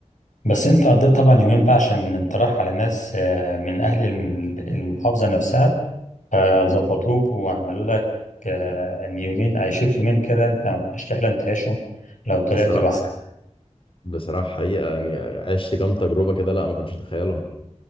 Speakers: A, on the left (about 85°); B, on the left (about 45°).
A: بس أنت قضيت طبعا يومين بقى عشان أنت رايح على ناس آه، من أهل الم- المحافظة نفسها فظبطوك وعملوا لك آه، ان يومين عيشوك يومين كده انت ما كنتش تحلم تعيشهم لو طلعت
B: بصراحه
A: لوحدك
B: بصراحه حقيقه يعني عشت كام تجربه كده لا ما كنتش اتخيلهم